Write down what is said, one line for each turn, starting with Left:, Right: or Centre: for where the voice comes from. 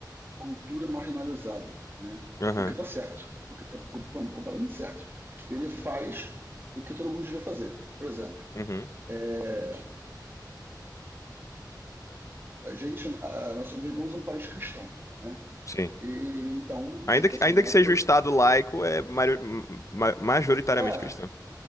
Right: cultura marginalizada, né?
Left: Aham,
Right: O que tá certo, o que tá completamente certo. Ele faz o que todo mundo devia fazer. Por exemplo,
Left: uhum,
Right: é, a gente, a, nós vivemos um país cristão, né?
Left: sim.
Right: E então,
Left: Ainda
Right: tipo
Left: que,
Right: assim,
Left: ainda
Right: a natureza.
Left: que seja um estado laico, é mari- ma- majoritariamente
Right: É,
Left: cristão.